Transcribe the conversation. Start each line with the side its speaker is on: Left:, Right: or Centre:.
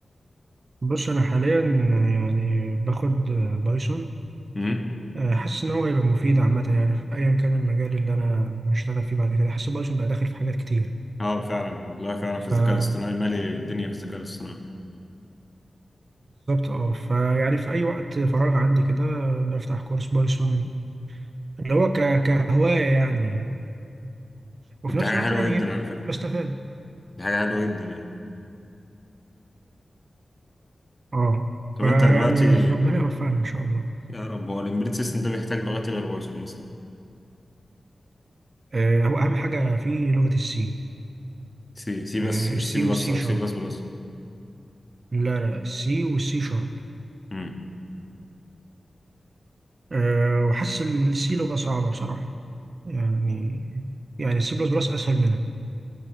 Right: بص انا حاليا يعني باخد بايثون
Left: مم.
Right: آه، حاسس إن هو هيبقى مفيد عامة يعني في أيا كان المجال اللي أنا هشتغل فيه بعد كده حاسس بايثون بقى داخل في حاجات كتير
Left: اه فعلا والله فعلا في الذكاء
Right: فبالظبط
Left: الاصطناعي مالي الدنيا في الذكاء الاصطناعي
Right: اه فيعني في أي وقت فراغ عندي كده بفتح كورس بايثون اللي هو ك... كهواية يعني وفي
Left: طب دي
Right: نفس
Left: حاجة
Right: الوقت
Left: حلوة
Right: يعني
Left: جدا
Right: إيه
Left: على فكرة
Right: بستفاد
Left: دي حاجة حلوة جدا يعني
Right: اه
Left: طب
Right: فيعني
Left: انت دلوقتي
Right: <laughs> ربنا يوفقنا إن شاء الله
Left: يا رب هو الامبيدد سيستم ده بيحتاج لغات غير بايثون مثلا
Right: آه، هو أهم حاجة في لغة السي
Left: سي سي
Right: آه،
Left: بس مش
Right: السي
Left: سي بلس
Right: والسي
Left: او
Right: شارب
Left: سي بلس بلس
Right: لا لا السي والسي شارب
Left: امم
Right: أه وحاسس إن السي لغة صعبة بصراحة يعني يعني السي بلس بلس أسهل منها